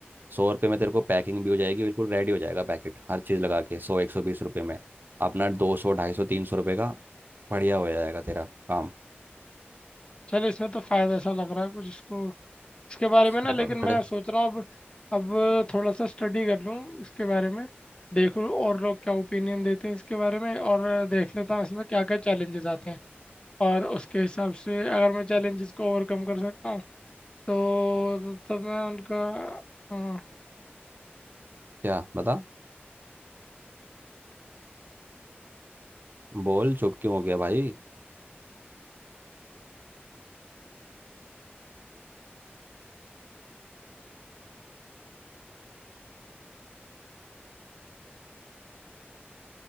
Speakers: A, on the right; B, on the left.
A: सौ रुपये में तेरे को पैकिंग भी हो जाएगी बिल्कुल रेडी हो जाएगा पैकेट हर चीज़ लगा के सौ एक सौ बीस रुपये में अपना दो सौ ढाई सौ तीन सौ रुपये का बढ़िया हो जाएगा तेरा काम
B: चल इसमें तो फायदा ऐसा लग रहा है कुछ इसको इसके बारे में ना
A: बड़े
B: लेकिन मैं सोच रहा हूँ अब अब थोड़ा सा स्टडी कर लूँ इसके बारे में देखूँ और लोग क्या ओपिनियन देते हैं इसके बारे में और देख लेता हूँ इसमें क्या क्या चैलेंजेस आते हैं और उसके हिसाब से अगर मैं चैलेंजेस को ओवरकम कर सकता हूँ तो तब मैं उनका हाँ
A: क्या बता बोल चुप क्यों हो गया भाई